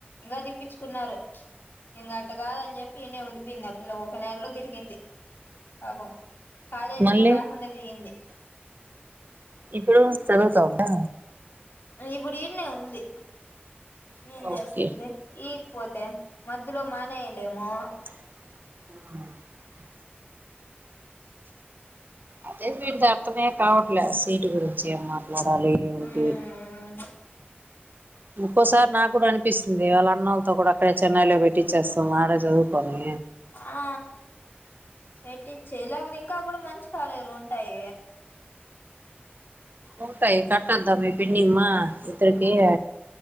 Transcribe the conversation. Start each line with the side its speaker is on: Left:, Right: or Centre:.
Left: ఇంకా తిప్పించుకున్నారు ఇంక అట్ట కాదని చెప్ ఇనే ఉండిపోయింది ఆ పిల్ల ఒక నెలలో తిరిగింది పాపం కాలేజ్
Right: మళ్ళీ
Left: గురాకుండా జరిగింది
Right: ఇప్పుడు చదువుతా ఉందా
Left: ఇప్పుడు ఇన్నెవుంది ఏం చేస్తుంది
Right: ఓకే
Left: ఈకపోతే మద్దులో మానేయలేము
Right: ఆ అదే వీడి దర్థమే కావట్లే సీట్ గురుంచి అమ్మ లాడాలి ఏంటి
Left: మ్మ్
Right: ఒక్కోసారి నాకు కూడా అనిపిస్తుంది వాళ్ళ అన్నళ్ళతో కూడా అక్కడే చెన్నైలో పెట్టిచ్చేస్తాం ఆడే చదువుకోవాలి
Left: ఆ పెట్టించ లేకపోతే ఇంకా కూడా మంచి కాలేజీలు ఉంటాయి
Right: ఉంటయి కట్టంంతామే పిన్నీమా ఇంతరుకేయ